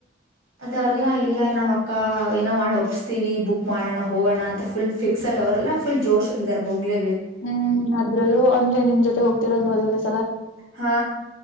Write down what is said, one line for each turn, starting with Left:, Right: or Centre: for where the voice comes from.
Right: ಅದು, ಅಲ್ಲಾ? <inaudible> ಇಲ್ಲ ನಾವ್ ಅಕ್ಕ! ಏನೋ ಮಾಡಿ ಒಪ್ಪಸ್ತೀವಿ, ಬುಕ್, ಮಾಡೋಣ ಹೋಗೋಣ, ಅಂತ! ಫುಲ್ ಫಿಕ್ಸ್, ಅಲ್ಲಿ, ಅವರೆಲ್ಲ ಫುಲ್ ಜೋಸು? <inaudible> ಅನ್ಕೊಂಡಿದರೆ, ಹೋಗಲೆ. <inaudible>
Left: ಹ್ಮ್, ಅದ್ರಲ್ಲೂ ಅಂದ್ರೆ! ನಿಮ್ ಜೊತೆ ಹೋಗ್ತಿರೋದು, ಮೊದಲನೇ ಸರಿ. <inaudible>
Right: ಹಾ,